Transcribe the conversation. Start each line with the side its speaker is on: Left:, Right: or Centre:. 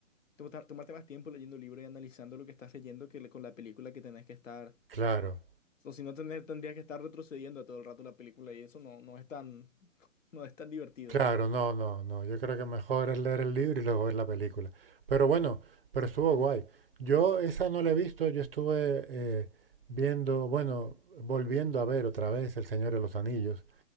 Left: tomar- tomarte más tiempo leyendo el libro y analizando lo que estás leyendo que le- con la película que tenés que estar.
Right: Claro,
Left: O si no, tener, tendrías que estar retrocediendo a todo el rato la película y eso no, no es tan, <laughs> no es tan divertido.
Right: Claro, no, no, no. Yo creo que mejor es leer el libro y luego ver la película. Pero bueno, pero estuvo guay. Yo esa no la he visto, yo estuve eh, viendo, bueno, volviendo a ver otra vez El Señor de los Anillos,